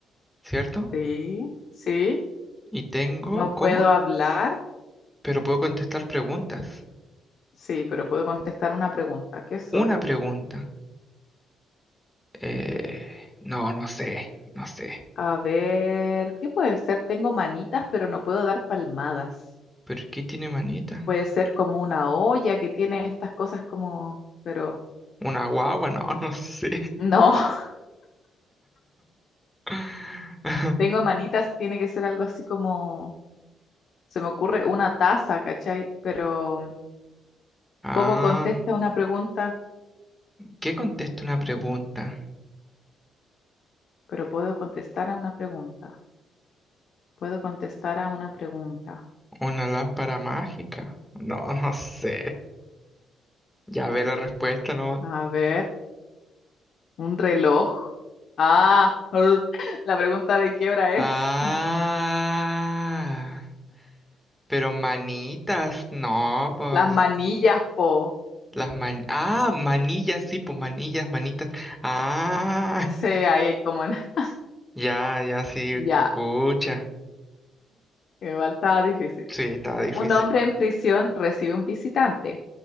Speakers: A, in the centre; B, on the left.
A: ¿cierto?
B: Sí, sí,
A: Y tengo,
B: no puedo
A: ¿cómo?
B: hablar,
A: Pero puedo contestar preguntas.
B: sí, pero puedo contestar una pregunta. ¿Qué soy?
A: Una pregunta. Eh, no, no sé, no sé.
B: A ver, ¿qué puede ser? Tengo manitas, pero no puedo dar palmadas.
A: ¿Pero qué tiene manita?
B: Puede ser como una olla que tiene estas cosas como, pero...
A: ¿Una guagua? No, no sé.
B: No, <laughs>
A: <laughs>
B: tengo manitas, tiene que ser algo así como, se me ocurre una taza, ¿cachai? Pero,
A: Ah.
B: ¿cómo contesta una pregunta?
A: ¿Qué contesta una pregunta?
B: Pero puedo contestar a una pregunta. Puedo contestar a una pregunta.
A: ¿Una lámpara mágica? No, <laughs> no sé. Ya ve la respuesta nomás.
B: A ver, un reloj. Ah, ur, <laughs> la pregunta de qué hora
A: Ah,
B: es. <laughs>
A: pero manitas, no, pues
B: Las manillas, po.
A: las man... Ah, manillas, sí, pues manillas, manitas. Ah,
B: Ese ahí es como en- <laughs>
A: <laughs> ya, ya, sí.
B: Ya,
A: Pucha,
B: igual estaba difícil.
A: sí, estaba difícil.
B: Un hombre en prisión recibe un visitante.